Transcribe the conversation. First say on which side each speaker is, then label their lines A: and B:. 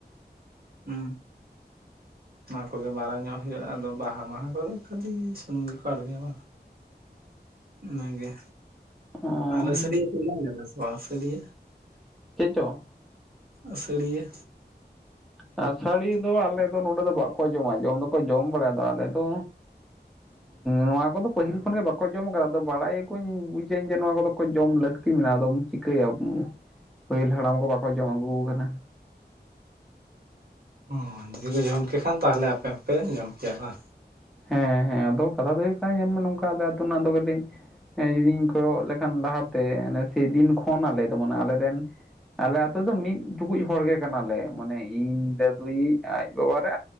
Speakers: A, on the right (about 60°); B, in the centre.
A: ᱦᱩᱸ ᱚᱱᱟ ᱠᱚᱜᱮ ᱢᱟᱨᱟᱝ ᱧᱚᱜ ᱦᱩᱭᱩᱜᱼᱟ ᱟᱫᱚ ᱵᱟᱦᱟ ᱢᱟᱦᱟ ᱠᱚᱫᱚ ᱠᱷᱟᱹᱞᱤ ᱥᱩᱱᱩᱢ ᱜᱮᱠᱚ ᱟᱬᱜᱚᱭᱟ ᱵᱟᱝ᱾ ᱤᱱᱟᱹᱜᱮ
B: ᱚᱸᱻ
A: ᱟᱨ ᱟᱹᱥᱟᱹᱲᱤᱭᱟᱹ ᱠᱚ ᱡᱚᱢ ᱜᱮᱭᱟ ᱥᱮ ᱵᱟᱝ ᱟᱹᱥᱟ. ᱲᱤᱭᱟ᱾
B: ᱪᱮᱫ ᱪᱚ
A: ᱟᱹᱥᱟᱹᱲᱤᱭᱟᱹ
B: ᱟᱥᱟᱹᱲᱤᱭᱟᱹ ᱫᱚ ᱟᱞᱮ ᱫᱚ ᱱᱚᱰᱮ ᱫᱚ ᱵᱟᱠᱚ ᱡᱚᱢᱟ ᱡᱚᱢ ᱫᱚᱠᱚ ᱡᱚᱢ ᱵᱟᱲᱟᱭᱫᱟ ᱟᱫᱚ ᱟᱞᱮ ᱫᱚ ᱱᱚᱣᱟ ᱠᱚᱫᱚ ᱯᱟᱹᱦᱤᱞ ᱠᱷᱚᱱ ᱜᱮ ᱵᱟᱠᱚ ᱡᱚᱢ ᱠᱟᱫᱟ ᱟᱫᱚ ᱵᱟᱲᱟᱭ ᱤᱧ ᱵᱩᱡᱟᱹᱧ ᱡᱮ ᱱᱚᱣᱟ ᱠᱚᱫᱚ ᱠᱚ ᱡᱚᱢ ᱞᱟᱹᱠ ᱞᱟᱹᱠᱛᱤ ᱢᱮᱱᱟᱜᱼᱟ ᱟᱫᱚᱢ ᱪᱤᱠᱟᱹᱭᱟ ᱯᱟᱹᱦᱤᱞ ᱦᱟᱲᱟᱢ ᱠᱚ ᱵᱟᱠᱚ ᱡᱚᱢ ᱟᱹᱜᱩ ᱟᱠᱟᱫᱟ
A: ᱦᱩᱸ, ᱡᱩᱫᱤ ᱠᱚ ᱡᱚᱢ ᱠᱮ ᱠᱷᱟᱱ ᱛᱟᱦᱚᱞᱮ ᱟᱯᱮ ᱦᱚᱸᱯᱮ ᱡᱚᱢ ᱠᱮᱭᱟ ᱵᱟᱝ
B: ᱦᱮᱸ ᱦᱮᱸ ᱟᱫᱚ ᱠᱟᱛᱷᱟ ᱫᱚ ᱦᱩᱭᱩᱜ ᱠᱟᱱᱟ ᱧᱮᱞᱢᱮ ᱱᱚᱝᱠᱟ ᱟᱞᱮ ᱟᱹᱛᱩ ᱨᱮᱱᱟᱜ ᱫᱚ ᱠᱟᱹᱴᱤᱡ ᱦᱮ ᱡᱩᱫᱤᱧ ᱠᱚᱭᱚᱜ ᱞᱮᱠᱷᱟᱱ ᱞᱟᱦᱟ ᱛᱮ ᱥᱮᱫᱤᱱ ᱠᱷᱚᱱ ᱟᱞᱮ ᱫᱚ ᱟᱞᱮ ᱨᱮᱱ ᱟᱞᱮ ᱟᱛᱩ ᱫᱚ ᱢᱤᱫ ᱴᱩᱠᱩᱡ ᱦᱚᱲ ᱜᱮ ᱠᱟᱱᱟᱞᱮ ᱢᱟᱱᱮ ᱤᱧ ᱫᱟᱫᱩᱭᱤᱡ ᱟᱡ ᱵᱟᱵᱟ ᱨᱮ